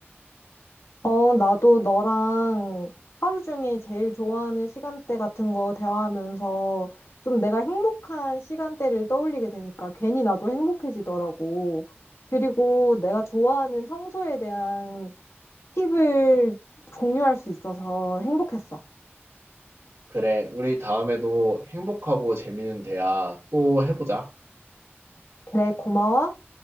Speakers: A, on the left; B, on the right.
A: 어, 나도 너랑 하루 중에 제일 좋아하는 시간대 같은 거 대화하면서 좀 내가 행복한 시간대를 떠올리게 되니까 괜히 나도 행복해지더라고. 그리고 내가 좋아하는 청소에 대한 팁을 공유할 수 있어서 행복했어.
B: 그래, 우리 다음에도 행복하고 재밌는 대화 또 해보자.
A: 그래, 고마워.